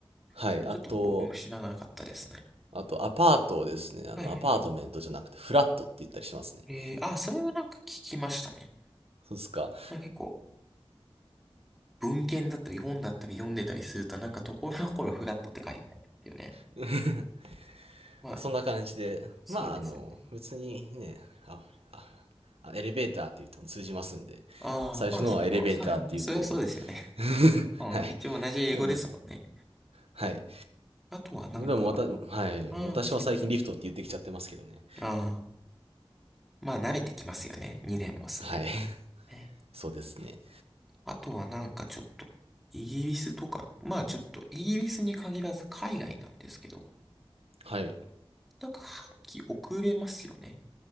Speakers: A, on the right (about 80°); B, in the centre.
A: はい、
B: それちょっと僕も知らなかったですね。
A: あと、あと、アパートをですね、あの、
B: はいはいはい。
A: アパートメントじゃなくて、フラットって言ったりしますね。
B: えー、あ、それはなんか聞きましたね。
A: そうですか。
B: なんか結構、文献だったり本だったり読んでたりすると、なんかところどころフラットって書いてありますよね。
A: <laughs>
B: まあ、
A: そんな感じで、
B: そうですよね。
A: まあ、あの、別にね、あ、あ、エレベーターって言うと通じますんで、
B: ああ、
A: 最初のはエレベーターって言って、
B: まあ、それも、<laughs> そうそれはそうですよね。
A: <laughs>
B: うん、
A: はい。
B: 一応同じ英語ですもんね。
A: でも、はい。
B: あとはなんか、
A: でも、また、はい。
B: ああ、
A: 私は最近リフトって言ってきちゃってますけどね。
B: すいません。ああ、まあ、慣れてきますよね。2年も住んでたら。
A: はい。<laughs>
B: え、
A: そうですね。
B: あとはなんかちょっと、イギリスとか、まあちょっと、イギリスに限らず海外なんですけど、
A: はい。
B: なんか半期遅れますよね。